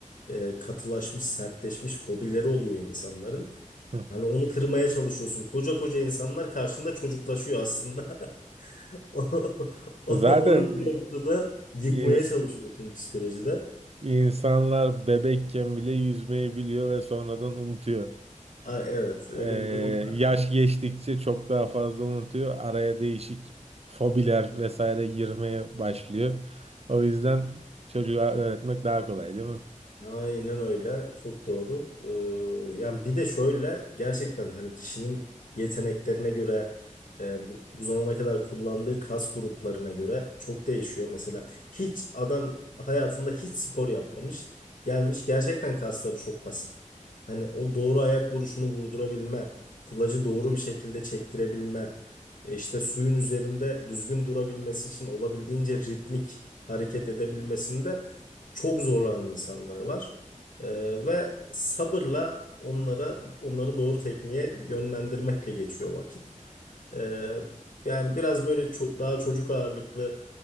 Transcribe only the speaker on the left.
e, katılaşmış, sertleşmiş fobileri oluyor insanların.
Hani onu kırmaya çalışıyorsun. Koca koca insanlar karşında çocuklaşıyor aslında. <laughs> <laughs>
Onu bir noktada yıkmaya
çalışıyorsun psikolojide.
Aa, evet öyle
bir durum
Aynen öyle. Çok doğru. Ee, yani bir de şöyle gerçekten hani kişinin yeteneklerine göre e, bu, bu zamana kadar kullandığı kas gruplarına göre çok değişiyor. Mesela hiç adam hayatında hiç spor yapmamış gelmiş gerçekten kasları çok pasif. Hani o doğru ayak vuruşunu vurdurabilme, kulacı doğru bir şekilde çektirebilme, e, işte suyun üzerinde düzgün durabilmesi için olabildiğince ritmik hareket edebilmesinde çok zorlanan insanlar var. Ee, ve sabırla onlara onları doğru tekniğe yönlendirmekle geçiyor vakit. Ee, yani biraz böyle ço- daha çocuk ağırlıklı